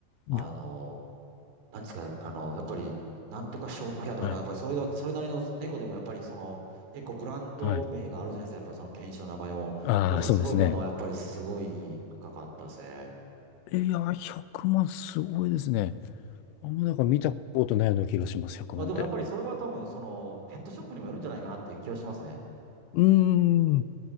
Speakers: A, on the right; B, on the left.
A: あの、
B: よ
A: なんですか、あの、やっぱり、なんとかショートヘアとか、
B: はい。
A: なんか、やっぱりそれが、それなりの猫でも、やっぱり、その、結構ブランド名があるじゃないですか。
B: はい。
A: やっぱその犬種の名前も。
B: ああ、
A: やっぱすごいものは、
B: そうですね。
A: やっぱりすごい高かったですね。
B: いやー、100万すごいですね。あんまなんか見たことないような気がします、100万って。
A: まあ、でもやっぱりそれは多分、その、ペットショップにもよるんじゃないかなっていう気がしますね。
B: うーん。